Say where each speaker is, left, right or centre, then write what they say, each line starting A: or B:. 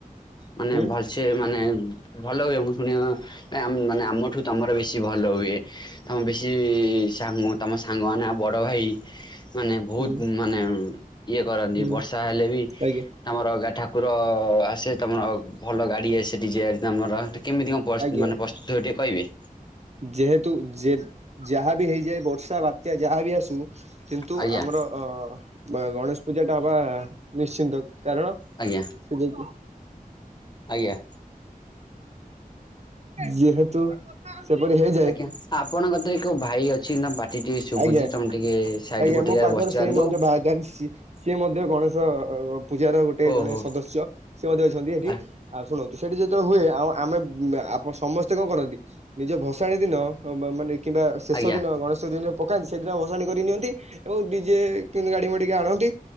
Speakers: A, on the left; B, on the right.
A: ମାନେ
B: ହୁଁ
A: ଭଲ୍ ସେ ମାନେ ଭଲ ହୁଏ ମୁଁ ପୁଣି ମାନେ ଆମଠୁ ତୁମର ବେଶୀ ଭଲ ହୁଏ। ତମ ବେଶୀ ସାଙ୍ଗ ତମ ସାଙ୍ଗମାନେ ବଡ଼ ଭାଇ। ମାନେ ବହୁତ
B: ହୁଁ
A: ମାନେ ଇଏ କରନ୍ତି।
B: ହୁଁ
A: ବର୍ଷା ହେଲେ ବି
B: ଆଜ୍ଞା
A: ତମର ଠାକୁର ଆସେ ତମର ଭଲ ଗାଡି ଆସେ ସେଠି ଯେ ତମର। କେମିତି କଣ
B: ଆଜ୍ଞା।
A: ମାନେ ପ୍ରସ୍ତୁତ ହୁଏ ଟିକେ କିହିବେ?
B: ଯେହେତୁ ଯାହାବି ହେଇଯାଏ ବର୍ଷା ବାତ୍ୟା ଯାହାବି ଆସୁ କିନ୍ତୁ
A: ଆଜ୍ଞା
B: ଆମର ଅ ଗଣେଶ ପୂଜା ଟା ହବା ନିଶ୍ଚିନ୍ତ। କାରଣ
A: ଆଜ୍ଞା
B: ସେ ଯୋଉ
A: ଆଜ୍ଞା।
B: ଯେହେତୁ ସେପରି ହେଇଯାଏ
A: ଆଜ୍ଞା ଆପଣଙ୍କତିରେ କୋଉ ଭାଇ ଅଛି। ଛି ନା ପାଟି ଟିକେ ଶୁଭୁଛି
B: ଆଜ୍ଞା।
A: ତମେ ଟିକେ ସାଇଟ
B: ଆଜ୍ଞା
A: ଗୋଟେ
B: ମୋ
A: ଜାଗାରେ
B: ପାଖରେ
A: ବସି ଯାଆନ୍ତୁ।
B: ସେଇ ମଧ୍ୟ ବା ସିଏ ମଧ୍ୟ ଗଣେଶ ପୂଜାର ଗୋଟେ
A: ଓହୋ
B: ଜଣେ ସଦସ୍ୟ। ସେ ମଧ୍ୟ ଅଛନ୍ତି ସେଠି
A: ଆଜ୍ଞା
B: ଆଉ ଶୁଣନ୍ତୁ ସେଠି ଯେତେବେଳେ ହୁଏ। ଆଉ ଆମେ ପ ସମସ୍ତେ କଣ କରନ୍ତି ନିଜ ଭସାଣି ଦିନ ମାନେ କିମ୍ବା ଶେଷ
A: ଆଜ୍ଞା
B: ଦିନ ଗଣେଶ ପକାନ୍ତି ସେଦିନ ଭସାଣି କରି ନିଅନ୍ତି। ଏବଂ ଡିଜେ କେ ଗାଡି ମଡିକି ଆଣନ୍ତି।